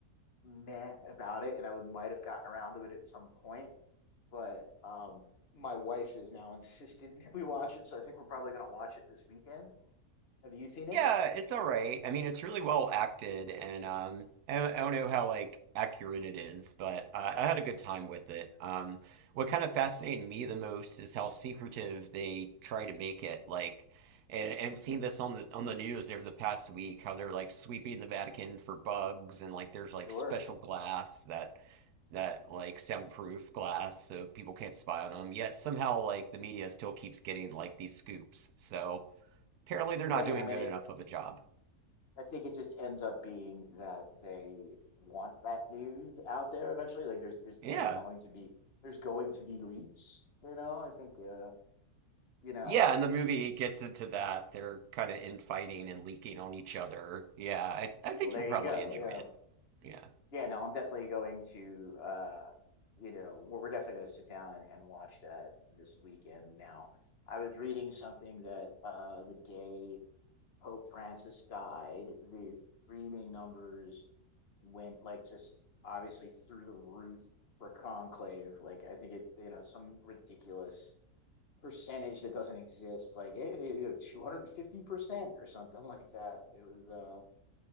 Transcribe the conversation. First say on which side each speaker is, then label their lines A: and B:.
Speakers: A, on the left; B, on the right.
A: meh about it, and I would might have gotten around to it at some point, but um. My wife is now insistent <laughs> we watch it, so I think we're probably going to watch it this weekend. Have you seen it?
B: Yeah, it's all right. I mean, it's really well acted, and um, I don't, I don't know how like accurate it is, but uh, I had a good time with it. Um, what kind of fascinated me the most is how secretive they try to make it. Like, and and seeing this on the on the news over the past week, how they're like sweeping the Vatican for bugs, and like there's like
A: Sure.
B: special glass that that like soundproof glass so people can't spy on them. Yet somehow like the media still keeps getting like these scoops. So. Apparently, they're not
A: Well, yeah,
B: doing
A: I mean,
B: good
A: it,
B: enough of a job.
A: I think it just ends up being that they want that news out there eventually. Like there's there's
B: Yeah.
A: there's going to be there's going to be leaks, you know. I think uh, you know.
B: Yeah, and the movie gets into that. They're kind of infighting and leaking on each other. Yeah, I, I think
A: Well, there
B: you'll probably
A: you go.
B: enjoy
A: Yeah,
B: it. Yeah.
A: yeah. No, I'm definitely going to uh, you know, we're, we're definitely going to sit down and, and watch that this weekend. Now, I was reading something that uh the day Pope Francis died, the streaming numbers went like just obviously through the roof for Conclave. Like I think it, you know, some ridiculous percentage that doesn't exist. Like it, it- you know, two hundred and fifty percent or something <laughs> like that. It was uh,